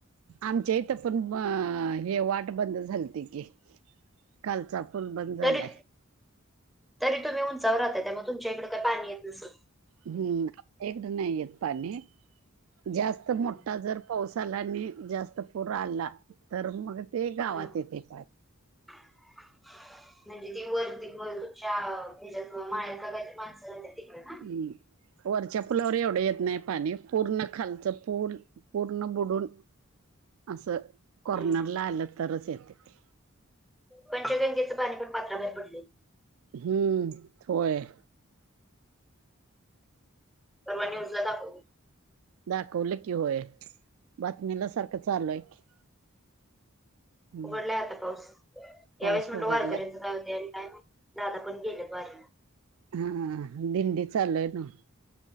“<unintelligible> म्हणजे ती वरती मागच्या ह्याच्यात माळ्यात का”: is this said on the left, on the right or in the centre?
Centre